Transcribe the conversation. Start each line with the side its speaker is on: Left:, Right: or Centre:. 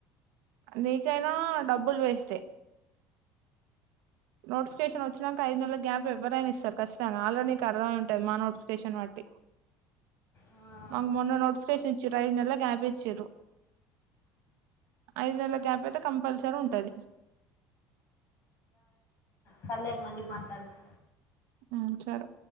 Right: నీకైనా డబ్బులు వేస్టే నోటిఫికేషన్ వచ్చినాక ఐదు నెల గ్యాప్ ఎవరైన ఇస్తారు కచ్చితంగా ఆల్రెడీ నీకు అర్థమై ఉంటది మా నోటిఫికేషన్ వట్టి
Left: ఆ
Right: మనకి మొన్న నోటిఫికేషన్ ఇచ్చిరూ ఐదు నెల్ల గ్యాప్ ఇచ్చిరూ ఐదు నెల్ల గ్యాప్ అయితే కంపల్సరీ ఉంటది.
Left: సర్లే మళ్ళీ మాట్లాడుకు
Right: ఊ చరే